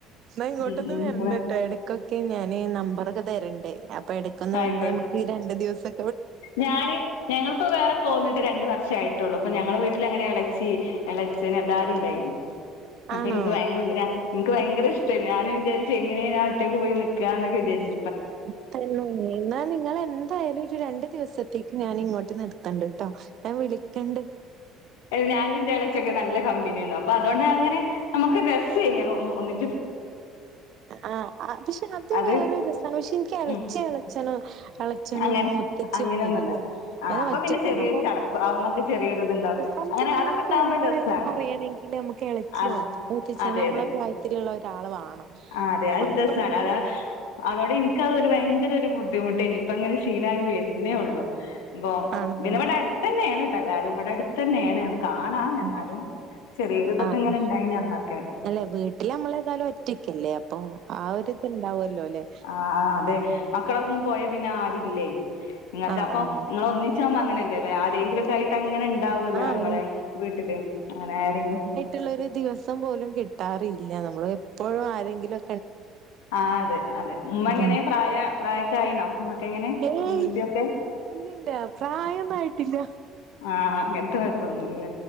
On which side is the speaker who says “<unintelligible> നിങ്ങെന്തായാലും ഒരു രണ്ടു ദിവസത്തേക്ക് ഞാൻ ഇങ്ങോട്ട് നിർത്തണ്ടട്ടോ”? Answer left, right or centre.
Right